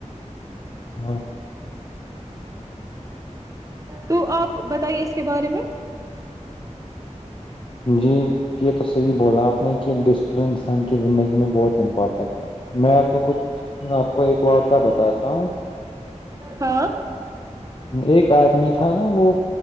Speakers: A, on the left; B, on the right.
A: ہاں
B: تو آپ بتائیے اس کے بارے میں
A: جی یہ تو صحیح بولا آپ نے کہ ڈس ال انسان کی زندگی میں بہت امپورٹینٹ ہے میں آپ کو کچھ آپ کو ایک واقعہ بتاتا ہوں
B: ہاں
A: ایک آدمی تھا نا وہ